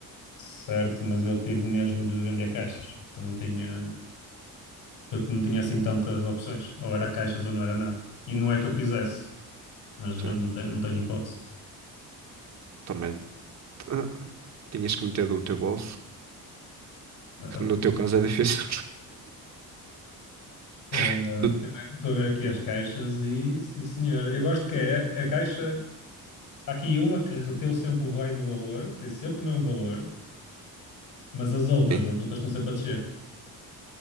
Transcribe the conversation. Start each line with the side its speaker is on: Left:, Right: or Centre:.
Left: certo, mas eu tive mesmo de vender caixas, que eu não tinha, que eu não tinha assim tantas opções. Ou era caixas ou não era nada. E não é que eu quisesse, mas eh,
Right: Sim,
Left: não tenho, não tenho hipótese.
Right: também ah, tinhas que meter do teu bolso,
Left: Eh,
Right: que no teu caso é difícil.
Left: eh,
Right: <laughs>
Left: Estou a ver aqui as caixas e, sim senhora, eu gosto que é a caixa. Há aqui uma que reteu sempre o raio do valor, tem sempre o mesmo valor, mas as outras,
Right: Sim.
Left: as outras estão sempre a descer.